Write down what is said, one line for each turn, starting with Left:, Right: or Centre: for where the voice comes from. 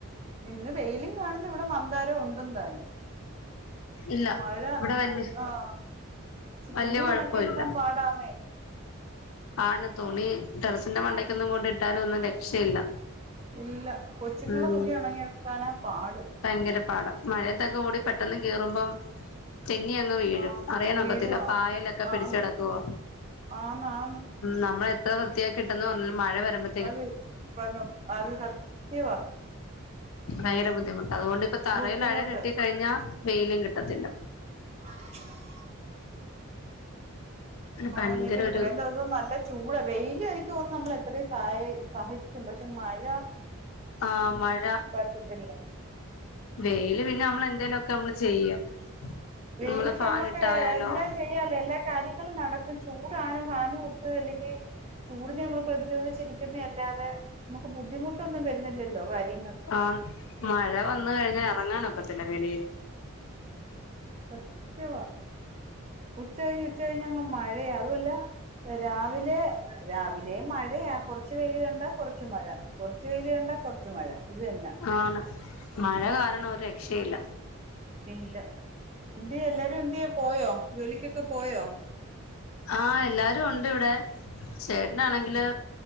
Right: ഇന്ന് വൈലും കാണുന്ന് ഇവിടെ മന്താര ഉണ്ടും താന്
Left: ഇല്ല
Right: മഴ
Left: ഇവിടെ വല്യ
Right: ആഹ് ക്ഷെ
Left: വല്യ
Right: തുണി
Left: കൊഴപ്പമില്ല
Right: ഒണക്കി എടുക്കാ പാടാന്നേ
Left: ആണ് തുണി ടെറസിന്റെ മണ്ടയ്ക്കൊന്നും കൊണ്ടിട്ടാലൊന്നും രക്ഷയില്ല
Right: ഇല്ല കൊച്ചുങ്ങളെ
Left: ഉം
Right: തുണി ഒണങ്ങി എടുക്കാനാ പാട്
Left: ഭയങ്കര പാടാ മഴയത്തൊക്കെ കൂടി പെട്ടെന്ന് കേറുമ്പം തെന്നി അങ്ങ് വീഴും
Right: ആഹ്
Left: അറിയാനൊക്കത്തില്ല
Right: വീഴുവാ
Left: പായലൊക്ക
Right: ആഹ്
Left: പിടിച്ചടക്കുവോ
Right: ആന്ന് ആന്ന്
Left: നമ്മള എത്ര വൃത്തിയാക്കിട്ടന്ന് പറഞ്ഞാലും മഴ വരുബ
Right: അത് <unintelligible> അത് സത്ത്യവാ
Left: ഭയങ്കര ബുദ്ധിമുട്ടാ അത്കൊണ്ട് ഇപ്പ തറയിൽ
Right: ബുദ്ധിമുട്ട്
Left: അഴ കെട്ടിക്കഴിഞ്ഞാ വൈലും കിട്ടത്തില്ല
Right: അ ആഹ്
Left: ഭയങ്കര
Right: ഇനി ഇപ്പ ഇത്രം
Left: ഒരു
Right: ദിവസം നല്ല ചൂട വൈല് എനിക്ക് തോന്ന്ന്ന് നമ്മൾ എത്രിം സഹി സഹിക്കും പക്ഷെ മഴ
Left: ആഹ് മഴ
Right: പറ്റത്തില്ല
Left: വൈല് പിന്നെ നമ്മള് എന്തേലൊക്കേ ഞമ്മള് ചെയ്യും
Right: വെയിലൊക്ക
Left: നമ്മള് ഫാൻ
Right: നമ്മക്ക്
Left: ഇട്ടായാലോ
Right: എന്താ ചെയ്യാലേ എല്ലാ കാര്യങ്ങളും നടക്കും ചൂടാണ് താനും ഉം അല്ലെങ്കി ചൂടിനെ നമ്മൾ പ്രതിരോധിച്ചിരിക്കുനേ അല്ലാതെ നമുക്ക് ബുദ്ധിമുട്ടൊന്നും വരുന്നി ല്ലല്ലോ കാര്യങ്ങൾ
Left: ആഹ് മഴ വന്ന് കഴിഞാ എറങ്ങാനൊക്കത്തില്ല വെളീല്
Right: സത്ത്യവാ ഉച്ച കഴിഞ് ഉച്ച കഴിഞ് അങ്ങ് മഴയാ അതുവല്ല രാവിലെ രാവിലെ മഴയാ കൊറച്ച് വെയിൽ കണ്ടാ കൊറച്ച് മഴ കൊറച്ച് വെയിൽ കണ്ടാ കൊറച്ച് മഴ ഇത് തന്ന
Left: ആണ് മഴ കാരണം ഒര് രക്ഷില്ല
Right: ഇല്ല എന്തിയാ എല്ലാരും എന്തിയാ പോയോ ജോലിക്കൊക്കെ പോയോ
Left: ആഹ് എല്ലാരും ഉണ്ട് ഇവിടെ ചേട്ടനാണെങ്കില്